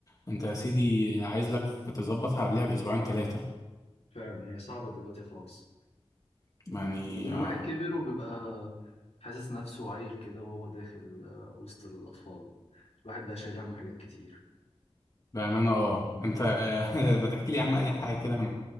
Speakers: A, on the left; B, on the left.
A: انت يا سيدي عايز لك تظبطها قبلها بأسبوعين ثلاثة
B: فعلا هي صعبه دلوقتي خالص
A: يعني
B: بعدين الواحد
A: آه،
B: كبر وبيبقى حاسس نفسه عيل كده وهو داخل آه، وسط الاطفال الواحد بقى شايل هم حاجات كتير
A: بأمانة اه انت <laughs> ما تحكي لي يا عم أي حاجة كده من